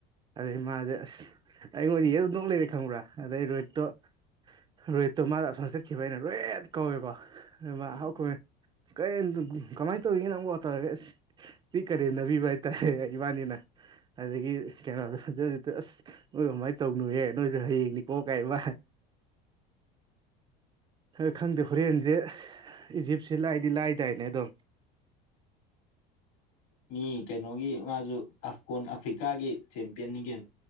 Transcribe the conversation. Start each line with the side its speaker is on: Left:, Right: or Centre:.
Right: ꯑꯗꯨꯗꯒꯤ ꯃꯥꯁꯦ ꯑꯁ ꯑꯩꯉꯣꯟꯗꯤ ꯌꯦꯔꯨ ꯅꯣꯛ ꯂꯩꯔꯦ ꯈꯪꯕ꯭ꯔꯥ ꯑꯗꯩ ꯔꯣꯠꯇꯣ ꯔꯣꯏꯍꯤꯠꯇꯣ ꯃꯥꯗ ꯑꯁꯣꯝ ꯆꯠꯈꯤꯕ ꯑꯩꯅ ꯔꯣꯏꯠ ꯀꯧꯋꯦꯀꯣ
Left: ꯎꯝ
Right: ꯃꯥ ꯍꯍꯥꯎ ꯀꯧꯏ ꯀꯩ ꯀꯃꯥꯏ ꯇꯧꯔꯤꯤꯦ ꯅꯪꯕꯨ ꯑꯇꯥꯔꯒꯦꯁ ꯇꯤ ꯀꯔꯦꯝꯅꯕꯤꯕ ꯍꯥꯏꯇꯥꯔꯦ ꯏꯕꯥꯅꯤꯅ ꯑꯗꯒꯤ ꯀꯩꯅꯣꯗꯣ ꯍꯧꯖꯤꯛ ꯍꯧꯖꯤꯛ ꯑꯁn ꯅꯣꯏ ꯀꯃꯥꯏꯅ ꯇꯧꯅꯨꯍꯦ ꯅꯣꯏꯁꯨ ꯍꯌꯦꯡꯅꯤꯀꯣ ꯀꯥꯏ ꯏꯃ ꯍꯣꯏ ꯈꯪꯗꯦ ꯍꯣꯔꯦꯟꯁꯦ ꯏꯖꯤꯞꯁꯦ ꯂꯥꯏꯗꯤ ꯂꯥꯏꯗꯥꯏꯅꯦ ꯑꯗꯨꯝ <inaudible>
Left: ꯃꯤ ꯀꯩꯅꯣꯒꯤ ꯃꯥꯁꯨꯣꯟ ꯑꯐ꯭ꯔꯤꯀꯥꯒꯤ ꯆꯦꯝꯄꯤꯌꯟꯅꯤ ꯀꯅ